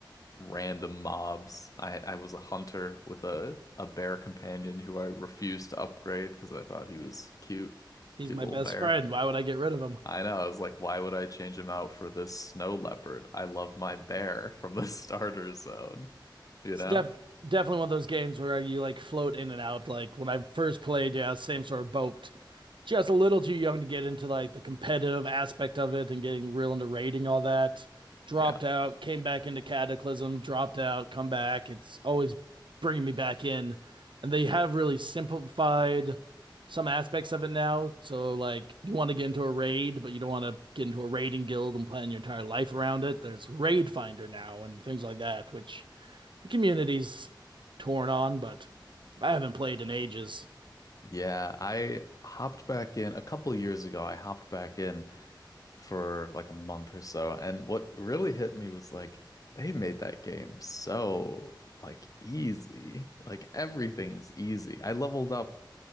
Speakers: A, on the left; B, on the right.
A: random mobs. I I was a hunter with a a bear companion who I refused to upgrade because I thought he was cute,
B: he's
A: cute
B: my
A: little
B: best
A: bear.
B: friend. Why would I get rid of him?
A: I know. I was like, why would I change him out for this snow leopard? I love my bear from the <laughs> starter zone, you
B: It's
A: know?
B: def definitely one of those games where you like float in and out. Like when I first played, yeah, same sort of boat. Just a little too young to get into like the competitive aspect of it and getting real into raiding all that. Dropped
A: Yeah.
B: out, came back into Cataclysm, dropped out, come back. It's always bringing me back in. And they have really simplified some aspects of it now. So like you want to get into a raid, but you don't want to get into a raiding guild and plan your entire life around it. There's Raid Finder now and things like that, which the community's torn on, but I haven't played in ages.
A: Yeah, I hopped back in a couple years ago. I hopped back in. for like a month or so. And what really hit me was like they made that game so like easy. Like everything is easy. I leveled up